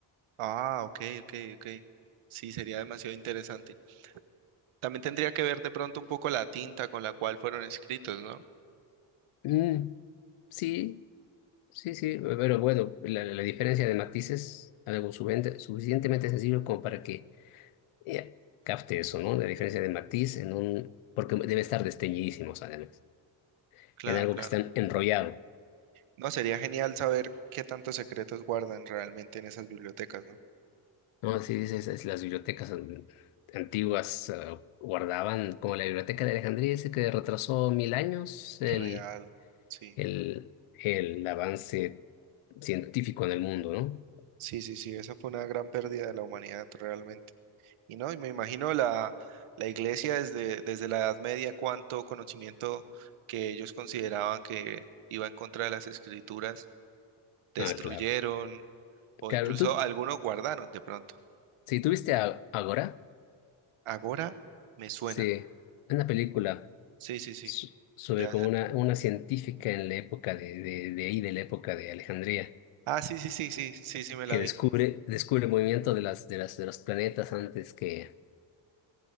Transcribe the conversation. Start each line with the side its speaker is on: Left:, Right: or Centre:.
Right: Ah, ok, ok, ok. Sí, sería demasiado interesante. También tendría que ver de pronto un poco la tinta con la cual fueron escritos, ¿no?
Left: Mm, sí, sí, sí, eh, pero bueno, la, la- la diferencia de matices, algo suficiente- suficientemente sencillo como para que eh, capte eso, ¿no? La diferencia de matiz en un, porque debe estar desteñidísimos además,
Right: Claro,
Left: en algo
Right: claro.
Left: que está enrollado.
Right: No, sería genial saber qué tantos secretos guardan realmente en esas bibliotecas, ¿no?
Left: No, sí, dices, es- las bibliotecas an- antiguas eh, guardaban, como la biblioteca de Alejandría dice que retrasó mil años el,
Right: Real, sí.
Left: el, el avance científico en el mundo, ¿no?
Right: Sí, sí, sí, esa fue una gran pérdida de la humanidad realmente. Y no, y me imagino la, la iglesia desde, desde la Edad Media, cuánto conocimiento que ellos consideraban que iba en contra de las escrituras, destruyeron
Left: Ah, claro.
Right: o
Left: Claro,
Right: incluso
Left: tú,
Right: algunos guardaron de pronto.
Left: si tuviste a Agora,
Right: Agora me suena.
Left: sí, una película
Right: Sí, sí, sí.
Left: so- sobre
Right: Ya,
Left: como
Right: ya.
Left: una, una científica en la época de, de, de ahí, de la época de Alejandría,
Right: Ah, sí, sí, sí, sí, sí, sí, me
Left: que
Right: la vi.
Left: descubre, descubre el movimiento de las, de las, de los planetas antes que,